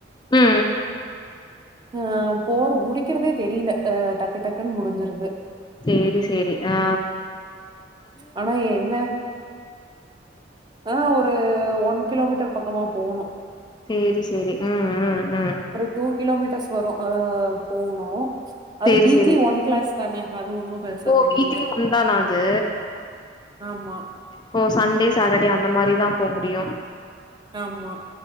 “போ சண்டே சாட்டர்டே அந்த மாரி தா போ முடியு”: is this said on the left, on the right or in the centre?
Left